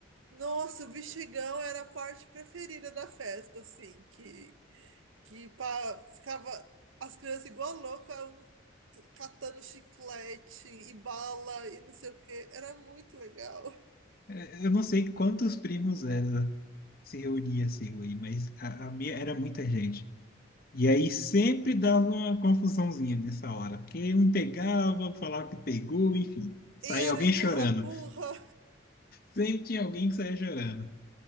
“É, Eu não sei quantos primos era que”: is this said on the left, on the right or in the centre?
Left